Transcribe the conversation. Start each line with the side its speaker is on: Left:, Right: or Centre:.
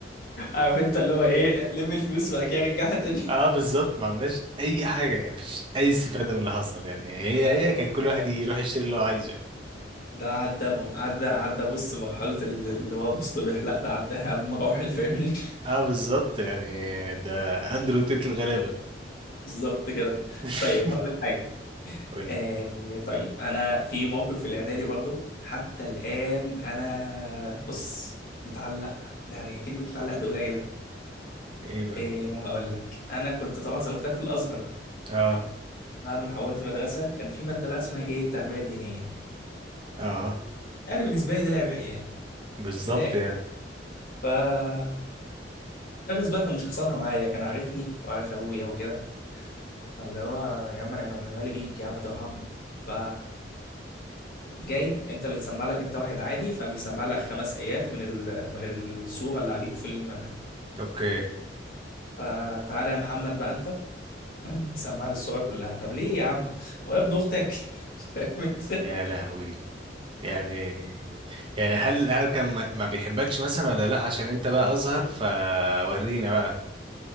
Left: عارف انت اللي هو ايه لم الفلوس بقى كده رجعها تاني <laughs>
Right: اه بالظبط ما عملناش اي حاجه مفيش اي استفاده من اللي حصل يعني هي
Left: لا لا
Right: هي كان
Left: ده
Right: كل واحد
Left: ده
Right: يروح يشتري اللي هو عايزه يعني
Left: ده عدى م- عدى عدى بص مرحله ال- اللي هو مصطبح لا ده عداها بمراحل فاهمني <laughs>
Right: اه بالظبط يعني ده اندرو تيت الغلابه
Left: بالظبط كده
Right: <laughs>
Left: طيب هقول لك حاجه
Right: قول لي
Left: آه طيب انا في موقف في الاعدادي برضه حتى الان انا بص متعلق ده يعني كلمه متعلق دي قليله
Right: ايه بقى
Left: ايه هقول لك انا كنت طبعا زي ما قلت لك في الازهر
Right: اه
Left: بعد ما حولت مدرسه كان في ماده بقى اسمها ايه التربيه الدينيه
Right: اه
Left: يعني بالنسبه لي ده لعب عيال
Right: بالظبط
Left: من الاخر
Right: يعني
Left: فالمدرس بقى كان مشخصنها معايا كان عارفني وعارف ابويا وكده فاللي هو يا عم انا مالي بيك يا عم ترحمني ف جاي انت بتسمع لك انت واحد عادي فبيسمع لك خمس ايات من ال... من الصوره اللي عليكم في المنهج
Right: اوكي
Left: فتعالى يا محمد بقى انت <clears throat> سمع لي الصوره كلها طب ليه يا عم ولا ابن اختك <laughs> فاهم انت؟
Right: يا لهوي يعني يعني هل هل كان ما ما بيحبكش مثلا ولا لا عشان انت بقى ازهر فورينا بقى